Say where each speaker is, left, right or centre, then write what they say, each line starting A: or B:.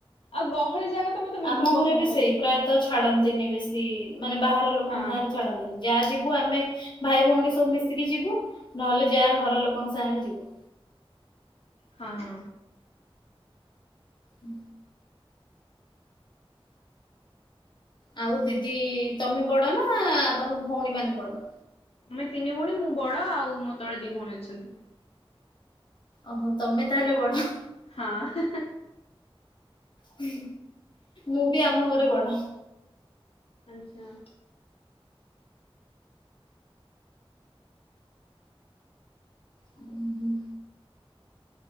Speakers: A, on the left; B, on the left.
A: ଆଉ ଗହଳି ଜାଗା ତ ମତେ ବିଲକୁଲ
B: ଆମ ଘରେବି
A: ପସନ୍ଦ ନୁହେଁ
B: ସେଇ ପ୍ରାୟତ ଛାଡ଼ନ୍ତିନି ବେଶୀ ମାନେ ବାହାର ଲୋକଙ୍କ
A: ହଁ।
B: ସାଙ୍ଗରେ ଛାଡନ୍ତିନି। ଯାହା ଯିବୁ ଆମେ ଭାଇ ଭଉଣୀ ସବୁ ମିଶିକି ଯିବୁ ନହେଲେ ଯାହା ଘର ଲୋକଙ୍କ ସାଙ୍ଗରେ ଯିବୁ।
A: ହଁ।
B: ହୁଁ। ଆଉ ଦିଦି ତମେ ବଡ଼ନା ତମ ଭଉଣୀ ମାନେ ବଡ଼?
A: ଆମେ ତିନି ଭଉଣୀ ମୁଁ ବଡ଼ ଆଉ ମୋତଳେ ଦି ଭଉଣୀ ଅଛନ୍ତି।
B: ଓହୋ ତମେ ତାହେଲେ ବଡ଼।
A: ହଁ, ହ୍ନେ, ହ୍ନେ।
B: ହୁଁ, ମୁଁ ବି ଆମ ଘରେ ବଡ।
A: ଆଚ୍ଛା
B: ହୁଁ, ହୁଁ।